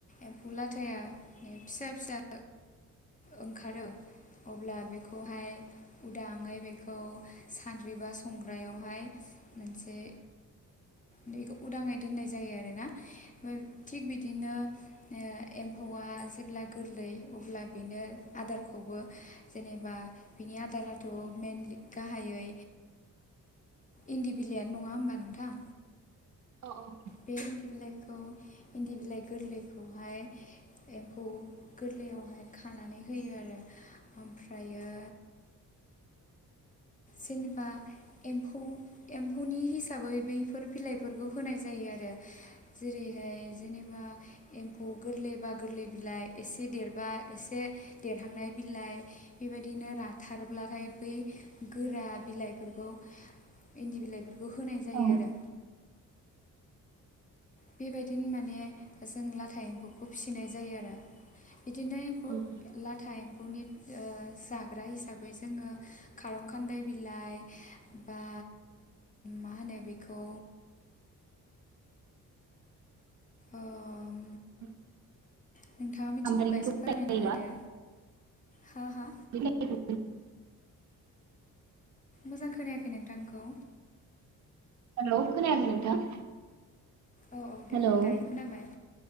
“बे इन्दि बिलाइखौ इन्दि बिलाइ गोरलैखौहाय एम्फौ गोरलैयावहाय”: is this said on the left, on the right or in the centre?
Left